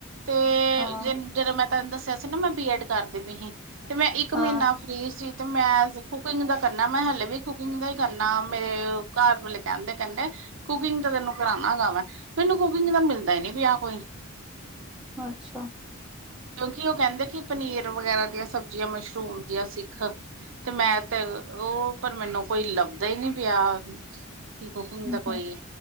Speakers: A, on the right (about 60°); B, in the centre.
A: ਤੇ,
B: ਹਾਂ
A: ਜਦੋਂ ਮੈਂ ਤੈਨੂੰ ਦੱਸਿਆ ਸੀ ਨਾ, ਮੈਂ ਬੀ ਐਡ ਕਰ ਦੀ ਪਈ ਆ। ਤੇ, ਮੈਂ ਇੱਕ ਮਹੀਨਾ
B: ਹਾਂ
A: ਫੀਸ ਸੀ ਤੇ ਮੈਂ ਕੁਕਿੰਗ ਦਾ ਕਰਨਾ, ਮੈਂ ਹਲੇੇ ਵੀ ਕੁਕਿੰਗ ਦਾ ਹੀ ਕਰਨਾ, ਮੇਰੇ ਘਰ ਵਲੇ ਕਹਿੰਦੇ, ਕਹਿੰਦੇ ਕੁਕਿੰਗ ਤਾਂ ਤੈਨੂੰ ਕਰਾਣਾ ਹੇਗਾ ਵੈਂ। ਮੈਨੂੰ ਕੁਕਿੰਗ ਤਾਂ ਮਿਲਦਾ ਹੀ ਨੀ ਪਿਆ ਕੋਈ
B: ਅੱਛਾ।
A: ਕਿਉਂਕਿ ਉਹ ਕਹਿੰਦੇ ਕਿ ਪਨੀਰ ਵਗੈਰਾ ਦੀਆਂ ਸਬਜ਼ੀਆਂ, ਮਸ਼ਰੂਮ ਦੀਆਂ, ਸਿੱਖ। ਤੇ, ਮੈਂ ਤੇ ਉਹ ਪਰ, ਮੈਨੂੰ ਕੋਈ ਲੱਭਦਾ ਹੀ ਨਹੀਂ ਪਿਆ। ਕੀ ਕੁ <unintelligible> ਸੁੁੰ
B: ਹਮ
A: ਤਾਂ ਕੋਈ
B: ਹਮ